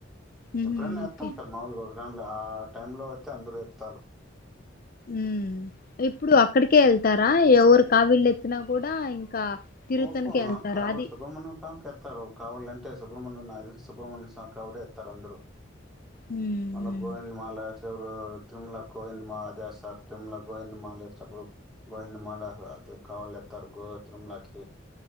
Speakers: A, on the left (about 45°); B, in the centre.
A: ఉహు
B: ఎప్పుడైన్నా చెస్తా
A: ఓకే
B: ఉంటారు మాముూలు గౌ ప్ర్రామూల ఆ టైంలో అయితే అందరూ ఎత్తుతారు
A: ఉ ఎప్పుడు అక్కడికే వెళ్తారా ఎవరు కావీళ్ళు ఎత్తిన కూడా ఇంకా తిరుతనికి
B: ఒ
A: వెళ్తారు
B: కావల్
A: అది
B: సుబ్రహమణ్యం స్వామికిస్తారు కావల్ సుబ్రహమణ్యు నాతెలిసి సుబ్రహమణ్య కావూడు ఎత్తుతారు అందరు
A: ఉమ్,
B: మల్ల గోవింద మాల చెడు తిరుమల గోవిందమ అదిస్తారు తిరుమల గోవిందమాలప్పుడు గోవిందమాల అ కావలుస్తారు గో తిమలాకి